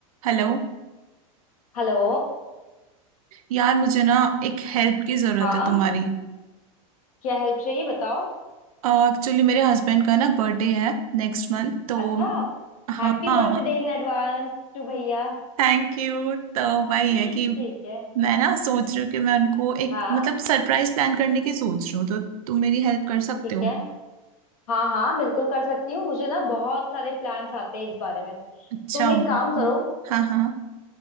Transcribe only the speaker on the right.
हेलो
यार मुझे ना एक हेल्प की ज़रूरत
है तुम्हारी
एक्चुअली मेरे हस्बैंड का ना बर्थडे है नेक्स्ट मंथ तो
हाँ
थैंक यू तो वही
है कि
मैं ना सोच रही हूँ कि मैं उनको एक
मतलब सरप्राइज प्लान करने की सोच रही हूँ तो तुम मेरी हेल्प कर सकते
हो
अच्छा
हाँ हाँ